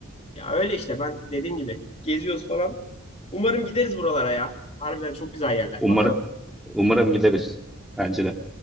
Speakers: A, on the left; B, in the centre.
A: Ya öyle işte ben dediğim gibi geziyoruz falan. Umarım gideriz buralara ya. Harbiden çok güzel yerler.
B: Umarım,
A: Bakalım.
B: umarım gideriz. Bence de.